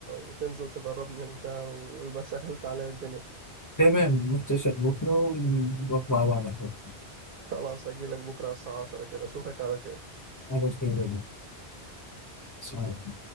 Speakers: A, on the right; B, on the left.
A: وتنزل تدربني انت ويبقى سهلت عليا الدنيا
B: تمام نتفق بكرة ونروح مع بعض على القهوة.
A: خلاص هجيلك بكره على الساعه 10 كده اشوفك على خير
B: على خير يا رب.